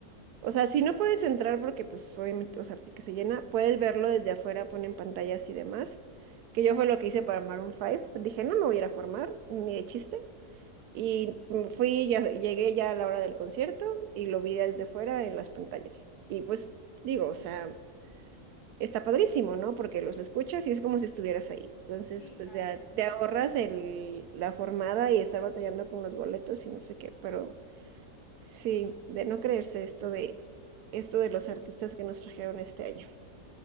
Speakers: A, on the right (about 90°); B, on the left (about 85°).
A: O sea, si no puedes entrar porque pues obviamente, o sea, porque se llena, puedes verlo desde afuera, ponen pantallas y demás, que yo fue lo que hice para Maroon Five. dije, no me voy a ir a formar, ni de chiste, y mm, fui, ya, llegué ya a la hora del concierto y lo vi desde afuera en las pantallas. Y pues digo, o sea está padrísimo, ¿no? Porque los escuchas y es como si estuvieras ahí. Entonces,
B: Sí,
A: pues
B: claro,
A: ya
B: está en
A: te
B: vivo.
A: ahorras el, la formada y estar batallando con los boletos y no sé qué, pero sí, de no creerse esto de esto de los artistas que nos trajeron este año.